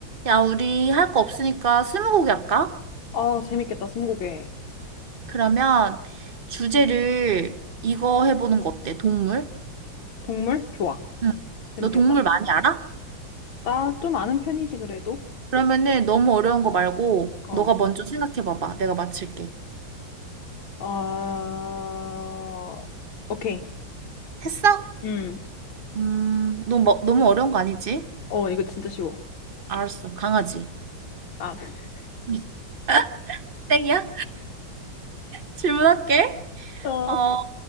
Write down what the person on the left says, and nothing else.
아, 재밌겠다, 스무고개.
동물? 좋아.
재밌겠다.
나 좀 아는 편이지, 그래도.
어.
어, 오케이.
음.
어, 이거 진짜 쉬워.
아. <laughs>
어.